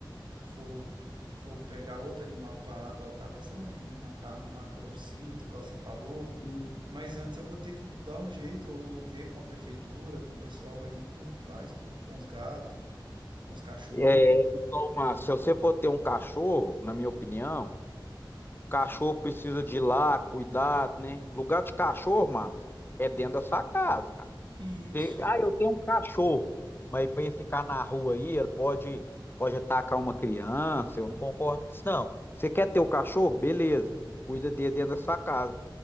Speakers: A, on the right (about 70°); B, on the left (about 25°).
A: for, for pegar outro animal para adotar, vai ser um, uma, ca- uma calopsita, igual você falou.
B: E,
A: Mas antes eu vou ter que dar um jeito, ou ver com a prefeitura, com o pessoal aí, como que faz, com, com os gatos, com os cachorros.
B: É, igual, Márcio, se você for ter um cachorro, na minha opinião, Cachorro precisa de ir lá, cuidado, né? Lugar de cachorro, Márcio, é dentro da sua casa, cara.
A: Isso.
B: Você- ah, eu tenho um cachorro, mas para ele ficar na rua aí, ele pode, pode atacar uma criança. Eu não concordo com isso, não. Você quer ter o cachorro? Beleza. Cuida dele dentro da sua casa.